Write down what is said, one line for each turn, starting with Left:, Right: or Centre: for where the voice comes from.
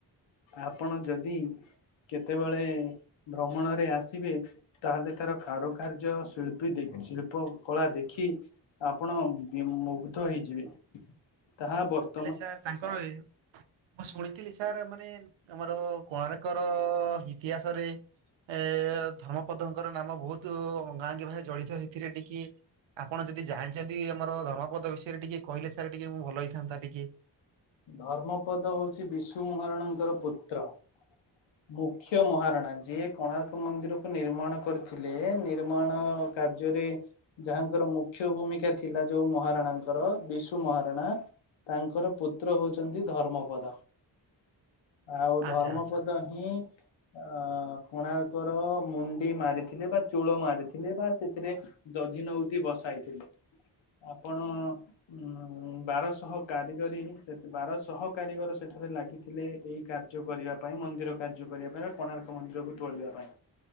Left: ଆପଣ ଯଦି କେତେବେଳେ ଭ୍ରମଣରେ ଆସିବେ। ତାହେଲେ ତାର କାରୁକାର୍ଯ୍ୟ ଶିଳ୍ପୀ ଦେ ଶିଳ୍ପ କଳା ଦେଖି ଆପଣ ବି ମୁଗ୍ଧ ହେଇଯିବେ। ତାହା ବର୍ତ୍ତ
Right: ହେଲେ ସାର୍ ତାଙ୍କର ଏ ମୁଁ ଶୁଣିଥିଲି ସାର୍ ମାନେ ଆମର କୋଣାର୍କର ଇତିହାସରେ ଏ ଧର୍ମପଦଙ୍କର ନାମ ବହୁତ ଅଙ୍ଗାଙ୍ଗୀ ଭାବେ ଜଡିତ ଏଥିରେ ଟିକେ। ଆପଣ ଯଦି ଜାଣିଛନ୍ତି ଆମର ଧର୍ମପଦ ବିଷୟରେ ଟିକେ କହିଲେ ସାର୍ ଟିକେ ମୁଁ ଭଲ ହେଇଥାନ୍ତା ଟିକେ?
Left: ଧର୍ମପଦ ହୋଉଚି ବିଶୁ ମହାରଣାଙ୍କର ପୁତ୍ର। ମୁଖ୍ୟ ମହାରଣା ଯିଏ କୋଣାର୍କ ମନ୍ଦିରକୁ ନିର୍ମାଣ କରଥୁଲେ। ନିର୍ମାଣ କାର୍ଯ୍ୟରେ ଯାହାଙ୍କର ମୁଖ୍ୟ ଭୂମିକା ଥିଲା ଯୋଉ ମହାରଣାଙ୍କର ବିଶୁ ମହାରଣା। ତାଙ୍କର ପୁତ୍ର ହୋଉଚନ୍ତି ଧର୍ମପଦ। ଆଉ
Right: ଆଚ୍ଛା
Left: ଧର୍ମପଦ
Right: ଆଚ୍ଛା।
Left: ହିଁ ଅ କୋଣାର୍କର ମୁଣ୍ଡି ମାରିଥିଲେ ବା ଚୁଳ ମାରିଥିଲେ ବା ସେଥିରେ ଦଧି ନହୁତି ବସାଇଥିଲେ। ଆପଣ ଉଁ ବାରଶହ କାରିଗରୀ ତେତ ବାରଶହ କାରିଗର ସେଠାରେ ଲାଗିଥିଲେ ଏଇ କାର୍ଯ୍ୟ କରିବା ପାଇଁ। ମନ୍ଦିର କାର୍ଯ୍ୟ କରିବା ପାଇଁ କୋଣାର୍କ ମନ୍ଦିରକୁ ତୋଳିବା ପାଇଁ।